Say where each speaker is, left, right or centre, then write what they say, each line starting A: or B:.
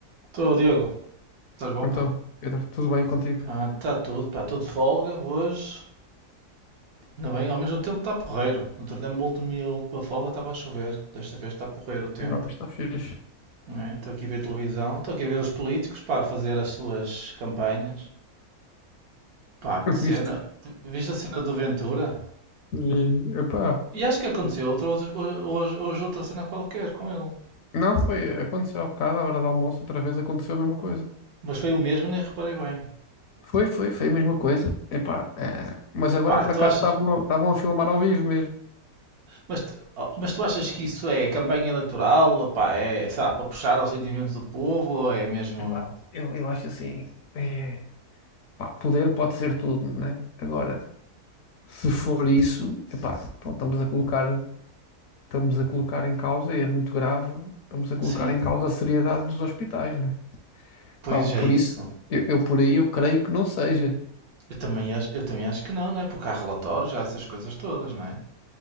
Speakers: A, on the right; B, on the left.
A: Estou, Diogo. Estás bom,
B: Então,
A: pá?
B: Pedro, tudo bem contigo?
A: Ah, está tudo, pá. Estou de folga hoje. Ainda bem, ao menos o tempo está porreiro. Outro dia, a última, a última folga estava a chover. Desta vez está porreiro o tempo.
B: Não, está fixe.
A: não é? Estou aqui a ver televisão. Estou aqui a ver os políticos, pá, a fazer as suas campanhas. Pá, que
B: <laughs>
A: cena.
B: Viste?
A: Viste a cena do Ventura?
B: E, epá,
A: E acho que aconteceu outra, hoje, hoje, hoje outra cena qualquer com ele.
B: não, foi, aconteceu há bocado, à hora do almoço, outra vez aconteceu a mesma coisa.
A: Mas foi o mesmo, nem reparei bem.
B: Foi, foi, foi a mesma coisa. Epá, eh, mas agora
A: Pá,
B: por
A: tu
B: acaso
A: achas,
B: estavam, a- estavam a filmar ao vivo mesmo.
A: Mas, tu- oh, mas tu achas que isso é campanha eleitoral? Pá, é, é, sei lá, para puxar aos sentimentos do povo? Ou é mesmo.
B: Epá, eu, eu acho assim, eh, pá, poder pode ser tudo, né? Agora, se for isso, epá, então estamos a colocar, estamos a colocar em causa, e é muito grave, estamos a colocar
A: Sim,
B: em causa a seriedade dos hospitais, né?
A: pois
B: Pá,
A: é
B: por
A: isso.
B: isso, eu, eu por aí eu creio que não seja.
A: Eu também acho, eu também acho que não, não é? Porque há relatórios, há essas coisas todas, não é?